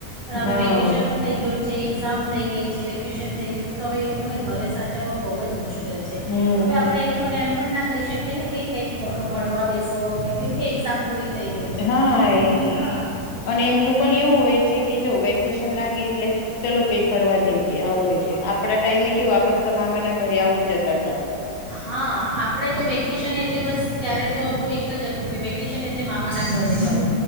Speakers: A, on the right (about 85°); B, on the left (about 85°).
A: પણ હવે
B: હા
A: વેકેશન થઈ ગયું. જે એક્ઝામ થઈ ગઈ છે, વેકેશન થઈ ગય છે, તો હવે એ લોકોને ઘરે સાચવવા બહુ જ મુશ્કેલ. <unintelligible>
B: હમ
A: હવે આપણે એ લોકોને એમ પણ ના કહી શકીએ. <unintelligible> કંઈક ભણવા બેસો કે કેમ કે એક્ઝામ પૂરી. થઈ ગઈ છે
B: હા એ
A: હા
B: અને એમનું
A: એટલે
B: પણ એવું હોય છે, કે જો વેકેશન લાગે એટલે ચલો કઈ ફરવા જઈએ આવું હોય છે. આપડા ટાઈમે કવું આપ પણ તો મામાના ઘરે આવું જતા <unintelligible>
A: હા આપણેે તો વેકેશ એટલે બસ ત્યારે તો આપડું એક જ હતું કે વેકેશન એટલે મામાના ઘરે જવ.